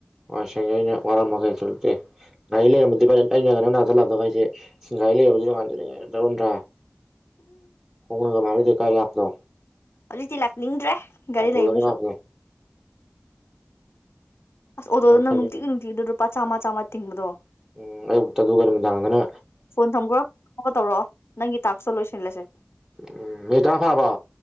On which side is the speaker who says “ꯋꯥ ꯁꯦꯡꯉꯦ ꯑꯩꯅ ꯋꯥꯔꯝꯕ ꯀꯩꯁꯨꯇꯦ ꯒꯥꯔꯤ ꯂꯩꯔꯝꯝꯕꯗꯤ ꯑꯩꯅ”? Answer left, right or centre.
Right